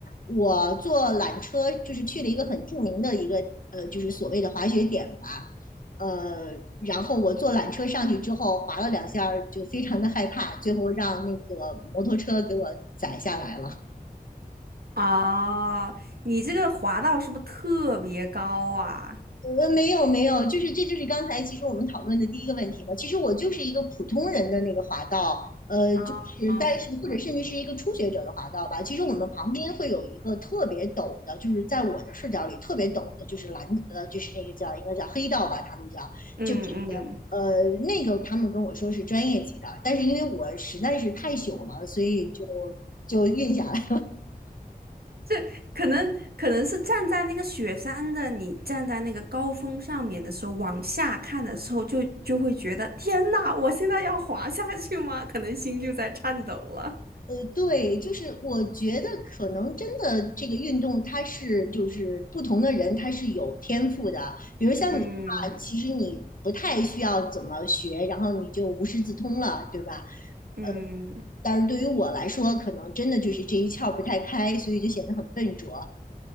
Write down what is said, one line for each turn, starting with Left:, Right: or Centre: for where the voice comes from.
Left: 我坐缆车，就是去了一个很著名的一个呃，就是所谓的滑雪点吧，呃，然后我坐缆车上去之后滑了两下儿，就非常的害怕，最后让那个摩托车给我载下来了。
Right: 哦，你这个滑道是不是特别高啊？
Left: 呃，没有没有，就是这就是刚才其实我们讨论的第一个问题嘛。其实我就是一个普通人的那个滑道，呃，
Right: 啊
Left: 就是但是或者甚至是一个初学者的滑道吧。其实我们旁边会有一个特别陡的，就是在我的视角里特别陡的，就是蓝呃，就是那个叫应该叫黑道吧，他们叫就是
Right: 嗯嗯。
Left: 呃那个他们跟我说是专业级的，但是因为我实在是太朽了，所以就就运下来。
Right: 这可能可能是站在那个雪山的你，站在那个高峰上面的时候，往下看的时候就，就会觉得天呐，我现在要滑下去吗？可能心就在颤抖了。
Left: 呃，对，就是我觉得可能真的这个运动，它是就是不同的人他是有天赋的。比如像你的话，
Right: 嗯
Left: 其实你不太需要怎么学，然后你就无师自通了，对吧？
Right: 嗯，
Left: 呃，但是对于我来说，可能真的就是这一窍不太开，所以就显得很笨拙。